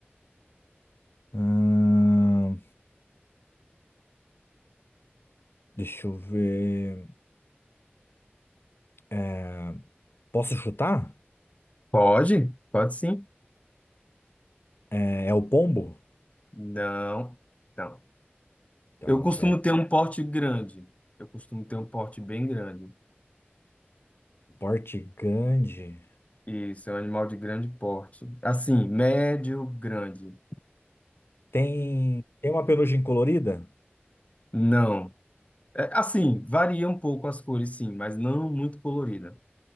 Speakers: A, on the left; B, on the left.
A: Ah, deixa eu ver. É, posso chutar?
B: Pode? Pode sim.
A: É, é o pombo?
B: Não, não.
A: Então,
B: Eu costumo
A: pera.
B: ter um porte grande. Eu costumo ter um porte bem grande.
A: Porte grande.
B: Isso, é um animal de grande porte. Assim, médio, grande.
A: Tem, tem uma penugem colorida?
B: Não. É, assim, varia um pouco as cores, sim, mas não muito colorida.